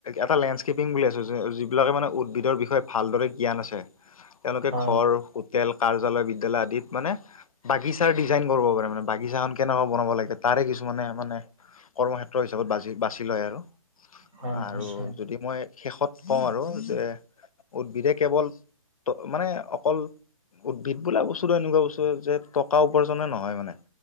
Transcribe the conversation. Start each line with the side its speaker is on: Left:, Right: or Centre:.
Left: এটা লেণ্ডস্কেপিং বুলি আছোঁ যিবিলাকে মানে উদ্ভিদৰ বিষয়ে ভালদৰে জ্ঞান আছে। তেওঁলোকে
Right: হয়
Left: ঘৰ হোটেল কাৰ্যালয় বিদ। া আিত মানে বাগিচাৰিজাইন কৰিব পাৰে মান। বাগিচাখন কেনেকুৱা বনাব লাগে তাৰে কিছুমানে মানে কৰ্মক্ষেত্ৰ হিচাপতি বাছি লয় আৰু।
Right: হয়
Left: আৰু
Right: নিশ্চয়
Left: যদি। মই শেষত কওঁ আৰু যে উদ্ভিদে কেৱল মানে অকল। উদ্ভিদ বোলা বস্তুটো এনেকুৱা বস্তুে যে। টকা উপাৰ্জনে নহয় মানে